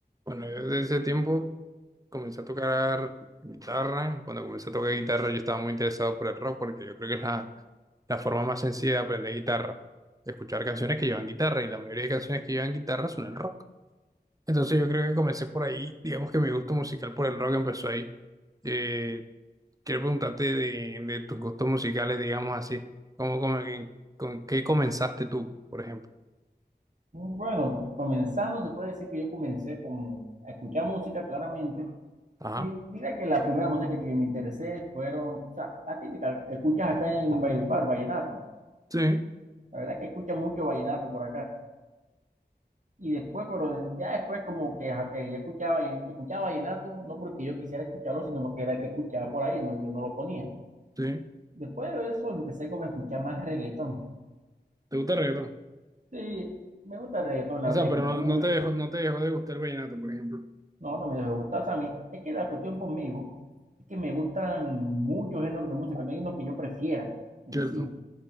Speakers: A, on the right; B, on the right.
A: Bueno, yo desde ese tiempo comencé a tocar guitarra. Cuando comencé a tocar guitarra, yo estaba muy interesado por el rock porque yo creo que es la, la forma más sencilla de aprender guitarra, de escuchar canciones que llevan guitarra y la mayoría de canciones que llevan guitarra son el rock. Entonces yo creo que comencé por ahí, digamos que mi gusto musical por el rock empezó ahí. Eh, quiero preguntarte de, de tus gustos musicales, digamos así, ¿cómo, cómo- en- con qué comenzaste tú, por ejemplo?
B: Bueno, comenzando, se puede decir que yo comencé como a escuchar música claramente
A: Ajá.
B: y diré que la primera música que me interesé fueron, o sea, la típica que escuchas acá en Valledupar, vallenato.
A: Sí,
B: La verdad que escucha mucho vallenato por acá. Y después, pero ya después como que, ok, ya escuchaba, escuchaba vallenato, no porque yo quisiera escucharlo, sino porque era el que escuchaba por ahí, no, yo no lo ponía.
A: sí.
B: Después de eso empecé como a escuchar más reggaetón.
A: ¿Te gusta el reggaetón?
B: Sí, me gusta el reggaetón, la
A: O
B: verdad,
A: sea,
B: escuché
A: pero no,
B: mucho.
A: no te dejó, no te dejó de gustar el vallenato, por ejemplo.
B: No, no me debe gustar. O sea, a mí, es que la cuestión conmigo es que me gustan muchos géneros de música, no hay uno que yo prefiera en
A: ¿Cierto?
B: sí.